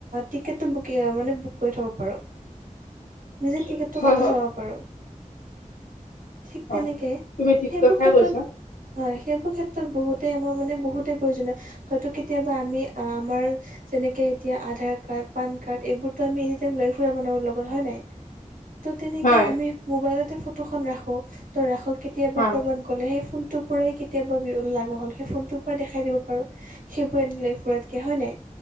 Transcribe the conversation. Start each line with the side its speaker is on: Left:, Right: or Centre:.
Right: টিকেটটো বুক মানে বুক কৰি থব পাৰো।
Left: <unintelligible>
Right: নিজে টিকেটটো
Left: হয়
Right: কাটি
Left: হয়
Right: থব পাৰোঁ ঠিক
Left: হয়
Right: তেনেকৈ
Left: তুমি ঠিক
Right: সেইবোৰ
Left: কথাই
Right: ক্ষেত্ৰত
Left: কৈছা
Right: হয় সেইবোৰ ক্ষেত্ৰত বহুত আমাৰ মানে বহুতেই প্ৰয়োজনীয় হয়তো কেতিয়াবা আমি আমাৰ। যেনেকে এতিয়া আধাৰ কাৰ্ড পান কাৰ্ড এইবোৰটো আমি এ লৈ ফুৰা মানো লগত হয় নাই।
Left: <unintelligible>
Right: ত' তেনেকে
Left: হয়
Right: আমি মোবাইলতে ফটোখন ৰাখো ত' ৰাখো কেতিয়াবা
Left: হয়
Right: ক'ৰবাত। ক'লে সেই ফোনটোৰ পৰাই কেতিয়াবা বি লাগে হ'ল সেই ফোনটোৰ পৰাই দেখাই দিব পাৰোঁ সেইবোৰ এনিল। ৰতকৈ হয় নাই